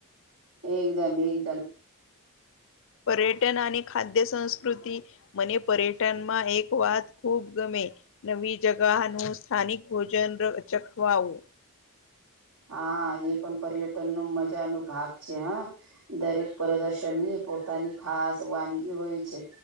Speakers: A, on the right; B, on the left.
A: એકદમ એકદમ.
B: પર્યટન અને ખાદ્ય સંસ્કૃતિ મને પર્યટનમાં એક વાત ખૂબ ગમે. નવી જગાહ નું સ્થાનિક ભોજન ર ચખવાવુ.
A: હા, એ પણ પર્યટન નો મજા નો ભાગ છે હ. દરેક પ્રદર્શનની પોતાની ખાસ વાનગી હોય છે